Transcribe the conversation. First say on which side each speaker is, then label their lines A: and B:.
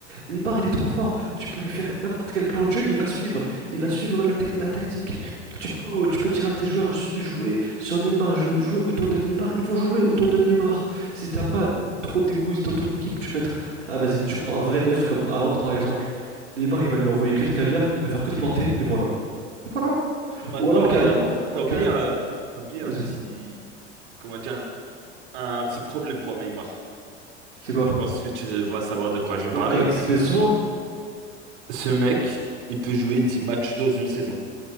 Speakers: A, on the right; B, on the right.
A: Neymar, il est trop fort. Tu peux lui faire n'importe quel plan de jeu, il va suivre. Il va suivre la, tec- la tactique. Tu peux, oh, tu peux dire à tes joueurs, su- jouez sur Neymar, jou- jouez autour de Neymar. Ils vont jouer autour de Neymar. Si t'as pas trop d'égoïsme dans ton équipe, tu mets... Ah vas-y, tu prends un vrai neuf comme Haaland, par exemple. Neymar, il va lui envoyer que des caviars, il va faire que de planter, et voilà. Et voilà.
B: Maintenant,
A: Ou alors carrément,
B: regarde, t'as oublié
A: ca-
B: un... t'as oublié
A: vas-y,
B: un petit... Comment dire? Un, un petit problème pour Neymar.
A: c'est quoi?
B: Je pense que tu vas savoir de quoi je vais
A: Quoi,
B: parler.
A: quoi, qu'il se blesse souvent?
B: Ce mec, il peut jouer 10 matchs dans une saison.